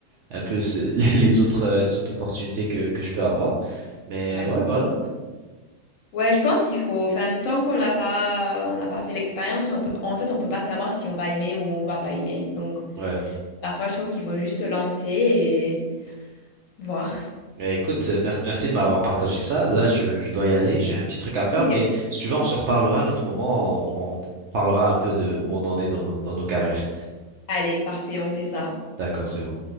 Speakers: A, on the right (about 65°); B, on the left (about 65°).
A: un peu ce- <laughs> les autres, euh, les autres opportunités que, que je peux avoir. Mais
B: ouais.
A: ouais, voilà.
B: Ouais, je pense qu'il faut, enfin, tant qu'on l'a pas, on n'a pas fait l'expérience, on peut, en fait, on peut pas savoir si on va aimer ou on va pas aimer. Donc,
A: Ouais.
B: parfois, je trouve qu'il faut juste se lancer voir
A: Eh,
B: si.
A: Écoute, euh, mer- merci de m'avoir partagé ça. Là, je, je dois y aller, j'ai un petit truc à faire,
B: Ok.
A: mais si tu veux, on se reparlera à un autre moment, on, on parlera un peu de où on en est dans nos, dans nos carrières.
B: Allez, parfait, on fait ça.
A: D'accord, c'est bon.